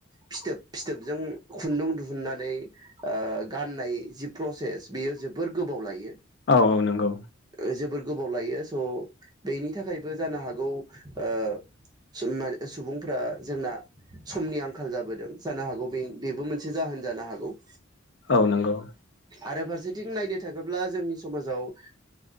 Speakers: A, on the right (about 20°); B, on the left (about 60°).
A: फिथोब फिथोबजों खुन्दुं दुहुननानै ओ गाननाय जि प्रसेस बेयो जोबोर गोबाव लायो ।
B: औ औ नोंगौ
A: ओ जोबोर गोबाव लायो स' बेनि थाखायबो जानो हागौ ओ <unintelligible> सुबुंफ्रा जोंना समनि आंखाल जाबोदों जानो हागौ बे बेबो मोनसे जाहोन जानो हागौ ।
B: औ नोंगौ
A: आरो फारसेथिं नायनो थाङोब्ला जोंनि समाजाव ओ